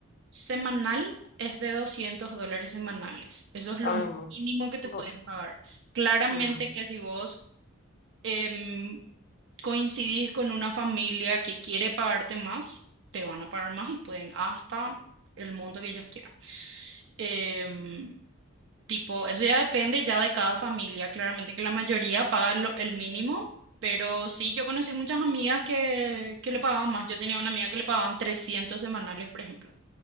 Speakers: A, on the right; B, on the left.
A: semanal es de 200 dólares semanales. Eso es lo
B: Ay, muy...
A: mínimo que te
B: bo-
A: pueden pagar. Claramente
B: mm.
A: que si vos em, coincidís con una familia que quiere pagarte más, te van a pagar más y pueden hasta el monto que ellos quieran. Em, tipo, eso ya depende ya de cada familia. Claramente que la mayoría paga lo- el mínimo, pero sí, yo conocí muchas amigas que, que le pagaban más. Yo tenía una amiga que le pagaban 300 semanales, por ejemplo.